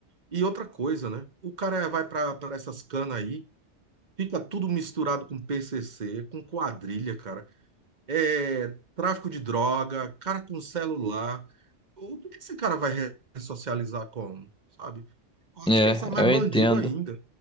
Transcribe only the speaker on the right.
E outra coisa, né? O cara vai para essas canas aí, fica tudo misturado com PCC, com quadrilha, cara. É, tráfico de droga, cara com celular. O que que esse cara vai ressocializar como, sabe? Eu acho
que ele está mais
bandido
ainda,